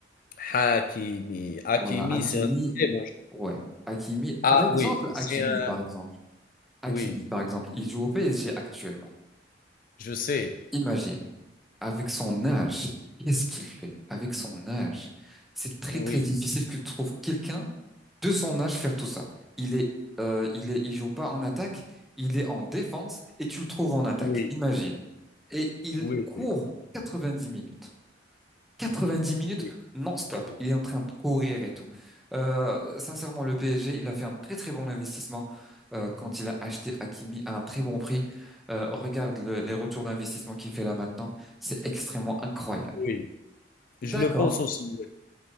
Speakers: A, on the left; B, in the centre.
A: Hakimi. Hakimi,
B: Voilà, Hakimi,
A: c'est un très bon jeu.
B: ouais, Hakimi.
A: Ah
B: Par exemple,
A: oui, c'est
B: Hakimi,
A: un...
B: par exemple, Hakimi,
A: Oui,
B: par exemple, il joue au PSG actuellement.
A: je sais.
B: Imagine, avec son âge, qu'est-ce qu'il fait? Avec son âge, c'est très
A: Oui,
B: très difficile que tu trouves quelqu'un de son âge faire tout ça. Il est, euh, il est, il joue pas en attaque, il est en défense et tu le trouves en attaque.
A: oui,
B: Imagine. Et il
A: oui,
B: court
A: oui,
B: 90 minutes. 90 minutes
A: oui.
B: non-stop. Il est en train de courir et tout. Euh, sincèrement, le PSG, il a fait un très très bon investissement euh, quand il a acheté Hakimi à un très bon prix. Euh, regarde le- les retours d'investissement qu'il fait là maintenant. C'est extrêmement incroyable.
A: oui.
B: D'accord,
A: Je le pense aussi.